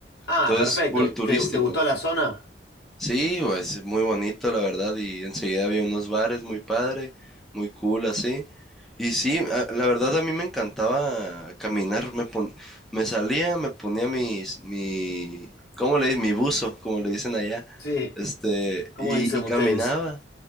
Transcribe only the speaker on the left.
Ah,
perfecto.
¿Te, te gustó la zona?
Sí.
¿Cómo
dicen
ustedes?